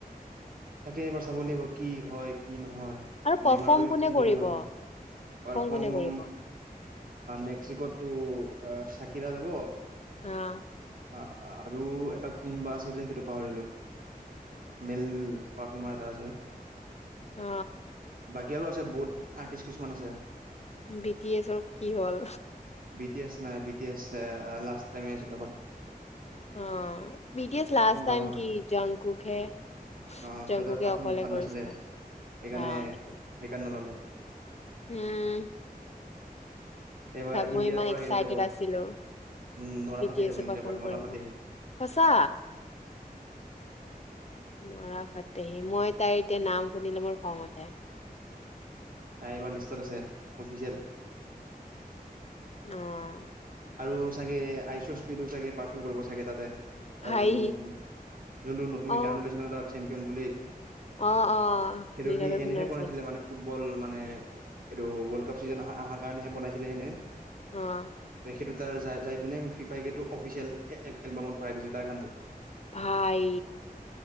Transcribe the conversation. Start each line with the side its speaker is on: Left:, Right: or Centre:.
Right: তাকে এবাৰ চাব লাগিব, কি হয় কি নহয়।
Left: আৰু পাৰফৰ্ম
Right: নেমাৰো
Left: কোনে
Right: ইঞ্জুৰি
Left: কৰিব?
Right: হৈ আছে পাৰফৰ্ম
Left: কোনে কৰিব
Right: মেক্সিকোটো। অ চাকিৰা যাব।
Left: আহ।
Right: অ আৰু এটা কোনোবা আছিলে সেইটো পাহৰিলো। মেল পাৰফমাৰ এটা আছে।
Left: অ
Right: বাকী আৰু আছে বহুত আৰ্টিষ্ট। কিমান আছে।
Left: বিট এ চব কি হ'ল।
Right: বি টি এছ নাই B T S last time আছিল অ।
Left: অ বিটছ লাষ্ট টাইম
Right: ভাল নহয়
Left: কি জংকুকে
Right: অ
Left: জংকুকে
Right: সিহঁতৰ পাৰফৰ্ম
Left: অকলে
Right: ভাল
Left: কৰিছিলে
Right: নাছিলে সেইকাৰণে
Left: অ নেকি <unintelligible>
Right: সেইকাৰণে নললে
Left: উম।
Right: এইবাৰ
Left: মই
Right: ইণ্ডিয়াৰ
Left: ইমান
Right: পৰা
Left: এক্সাইটেড
Right: হেৰি যাব
Left: আছিলো
Right: উম নৰা
Left: বি
Right: ফাতে
Left: টি এ
Right: যাব ইণ্ডিয়াৰ
Left: পাৰফৰ্ম
Right: পৰা নৰা
Left: কৰিব
Right: ফাতেহি
Left: সচা। নৰা ফাটেহী মই তাইৰ এতিয়া নাম শুনিলেই মোৰ খঙ উঠি ।
Right: তাই এবাৰ লিষ্টত আছে। অফিচিয়েল।
Left: অঁ।
Right: আৰু চাগে আইচৰ স্পীডো চাগে পাৰ্ফৰ্ম কৰিব চাগে তাতে। তাৰ
Left: ভাই
Right: যোনটো নতুন যোনটো নতুন
Left: অ
Right: গান বেছে তাৰ। ন বুলি <unintelligible>
Left: অ অ,
Right: সেইটো
Left: নীৰৱ
Right: সি
Left: এ
Right: এনেহে
Left: ফোন মাৰিছিল।
Right: বনাইছিলে মানে ফুটবল মানে এইটো ৱৰ্ল্ড কাপ চিজন আ আহাৰ কাৰণেহে বনাইছিলে এনে।
Left: অঁ।
Right: সেইটো তাৰ য যাই পিনে ফিফাইেটো অফিচিয়েল এ এলবামত ভৰাই দিছে তাৰ গানটো।
Left: ভাই